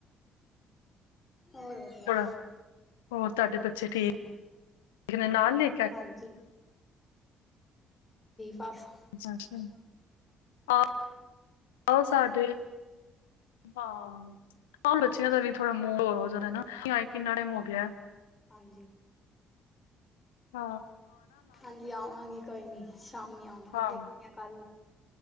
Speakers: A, on the left; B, on the left.
A: ਹੋਰ ਵਧੀਆ।
B: ਬੜਾ ਹੋਰ, ਤ੍ਹਾਡੇ ਬੱਚੇ ਠੀਕ? ਲਿਖਨੇ ਨਾਲ ਲੇ
A: ਹਾਂਜੀ-ਹਾਂਜੀ, ਫਸ
B: ਅੱਛਾ-ਅੱਛਾ, ਆਓ ਸਾਡੇ ਹਾਂ, ਬੱਚਿਆਂ ਦਾ ਵੀ ਥੋੜਾ ਮੂੰਹ ਹੋਰ ਹੋ ਜਾਂਦਾਏ ਨਾ, ਹਾਏ ਕਿੰਨਾ ਟਾਈਮ ਹੋ ਗਿਆ।
A: ਹਾਂਜੀ।
B: ਆ
A: ਹਾਂਜੀ, ਆਵਾਂਗੀ ਕੋਈ ਨੀ ਸ਼ਾਮੀ ਆਵਾਂਗੀ,
B: ਹਾਂ
A: ਦੇਖਨੀ ਆ ਕੱਲ